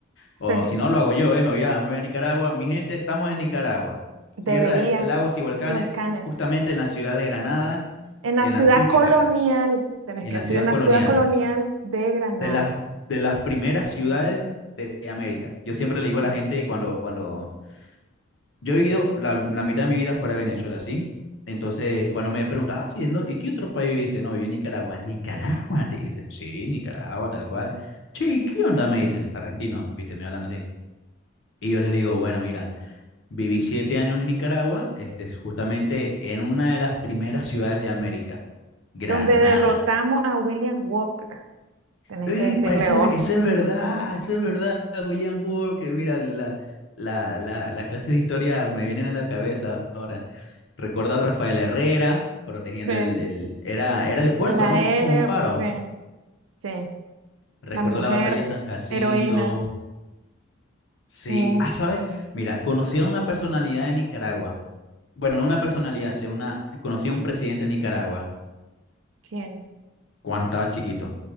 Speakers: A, on the right (about 80°); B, on the left (about 65°).
A: sí,
B: O si no, lo hago yo, ¿eh? Me voy a, me voy a Nicaragua. Mi gente, estamos en Nicaragua,
A: deberías,
B: tierra de lagos y volcanes,
A: y volcanes.
B: justamente en la ciudad de Granada,
A: En la
B: en
A: ciudad
B: las hípicas,
A: colonial, tenés
B: en
A: que
B: la
A: decir,
B: ciudad
A: en la
B: colonial,
A: ciudad colonial de Granada.
B: de las, de las primeras ciudades de, de América. Yo siempre
A: Sí.
B: le digo a la gente cuando, cuando yo he vivido la, la mitad de mi vida fuera de Venezuela, ¿sí? Entonces, cuando me preguntan, ah, sí, ¿en dó- ¿y qué otro país viviste? No, viví en Nicaragua. Nicaragua, te dicen, sí, Nicaragua, tal cual. Che, ¿y qué onda? Me dicen los argentinos, viste, me hablan así. Y yo les digo, bueno, mira, viví siete años en Nicaragua, este, justamente en una de las primeras ciudades de América, Granada.
A: donde derrotamos a William Walker. Tenés
B: Eh,
A: que decirle,
B: pa, eso
A: oh,
B: es, eso es verdad, eso es verdad, William Walker. Mira, la, la, la, las clases de historia me vienen a la cabeza ahora. Recuerdo a Rafael Herrera protegiendo
A: sí.
B: el, el- era, era el puerto,
A: La
B: ¿no?
A: héroe,
B: Un faro.
A: sí, sí.
B: Recuerdo
A: La mujer
B: la batalla de San Jacinto.
A: heroína,
B: Sí,
A: sí.
B: ah, ¿sabes? Mira, conocí a una personalidad de Nicaragua. Bueno, no una personalidad, sino una, conocí a un presidente de Nicaragua
A: ¿Quién?
B: cuando estaba chiquito.